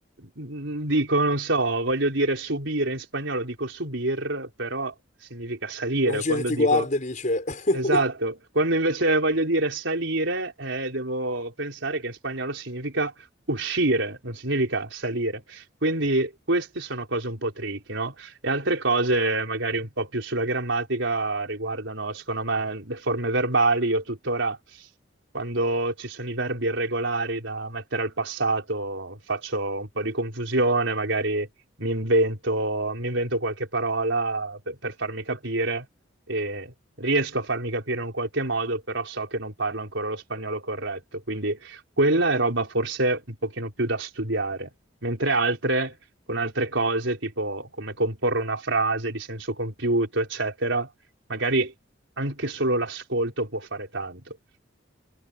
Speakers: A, on the right; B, on the left.
A: mm, dico, non so, voglio dire subire in spagnolo, dico subir, però significa salire.
B: la gente
A: Quando
B: ti
A: dico
B: guarda e dice... <laughs>
A: Esatto, quando invece voglio dire salire, eh, devo pensare che in spagnolo significa uscire, non significa salire. Quindi queste sono cose un po' tricky, no? E altre cose, magari un po' più sulla grammatica, riguardano, secondo me, le forme verbali. Io tuttora, quando ci sono i verbi irregolari da mettere al passato, faccio un po' di confusione, magari mi invento, mi invento qualche parola per per farmi capire e riesco a farmi capire in un qualche modo, però so che non parlo ancora lo spagnolo corretto, quindi quella è roba forse un pochino più da studiare, mentre altre, con altre cose, tipo come comporre una frase di senso compiuto, eccetera, magari anche solo l'ascolto può fare tanto.